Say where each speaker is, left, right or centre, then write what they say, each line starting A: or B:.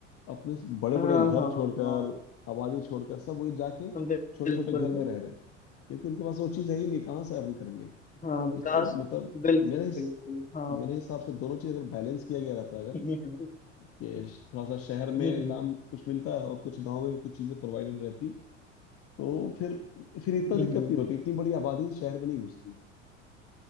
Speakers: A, on the left; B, on the left.
A: अपने बड़े
B: हाँ
A: बड़े घर
B: हाँ
A: छोड़कर
B: हाँ
A: आबादी छोड़कर सब वही जाके
B: बिल्कुल
A: छोटे छोटे
B: बिल्कुल
A: घर में रह रहे हैं क्योंकि उनके पास वो चीज़ है ही नहीं कहाँ से अर्न करेंगे
B: हाँ विकास
A: इसको मतलब
B: बिल्कुल
A: मेरे हिस-
B: बिल्कुल हाँ
A: मेरे हिसाब से दोनों चीज़ अगर बैलेंस किया गया रहता अगर
B: हम्म हम्म
A: कि थोड़ा सा शहर में
B: हम्म,
A: काम कुछ मिलता और कुछ गांव में भी कुछ चीज़ें प्रोवाइडेड रहती तो फिर फिर इतना
B: हम्म,
A: दिक्कत नहीं होती इतनी बड़ी आबादी शहर में नहीं घुसती